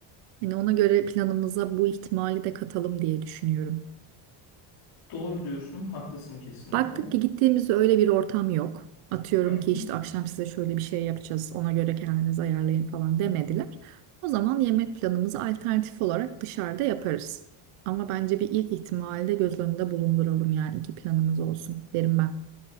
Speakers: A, on the right; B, on the left.
A: Hani ona göre planımıza bu ihtimali de katalım diye düşünüyorum.
B: Doğru diyorsun, haklısın kesinlikle.
A: Baktık ki gittiğimizde öyle bir ortam yok. Atıyorum
B: Hı hı.
A: ki işte akşam size şöyle bir şey yapacağız, ona göre kendinizi ayarlayın falan demediler. O zaman yemek planımızı alternatif olarak dışarıda yaparız. Ama bence bir ilk ihtimali de göz önünde bulunduralım yani iki planımız olsun derim ben.